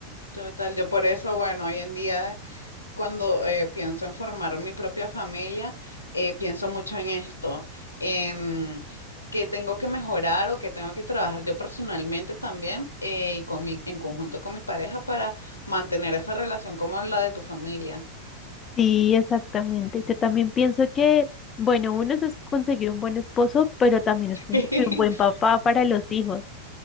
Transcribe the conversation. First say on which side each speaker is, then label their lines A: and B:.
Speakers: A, on the left; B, on the left.
A: Total, yo por eso, bueno, hoy en día cuando eh, pienso en formar mi propia familia, eh, pienso mucho en esto, en qué tengo que mejorar o qué tengo que trabajar yo personalmente también eh, y con mi, en conjunto con mi pareja para mantener esa relación como la de tu familia.
B: Sí, exactamente. Yo también pienso que, bueno, uno es conseguir un buen esposo, pero también es
A: <laughs>
B: conseguir un buen papá para los hijos,